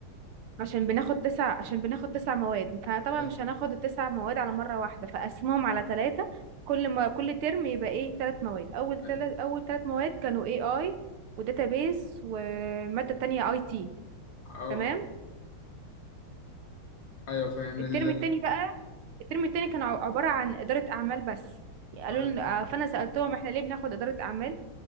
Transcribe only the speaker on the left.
فاهم
أيوه
أه
آه، أيوه فاهم
ال...
أيوه